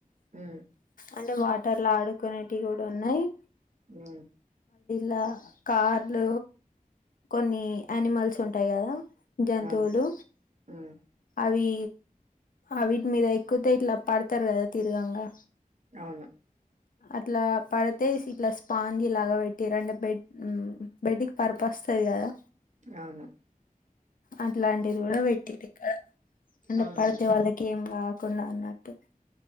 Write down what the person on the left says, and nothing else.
అంటే వాటర్ల ఆడుకునేటివి గూడున్నయి
లా కార్లు కొన్ని ఆనిమల్స్ ఉంటయి గదా జంతువులు
అవీ ఆవీట్మిద ఎక్కుతే ఇట్ల పడ్తరు గదా తిర్గంగా
అట్లా పడితే ఇస్ ఇట్లా స్పాంజి లాగా వెట్టిర్రు అంటే బెడ్ బెడ్కిపర్పస్ స్తది గదా
అట్లాంటిది గూడా పెట్టిర్రిక్కడ అంటే
పడితే వాళ్ళకి ఏంగాక్ కుండ అన్నట్టు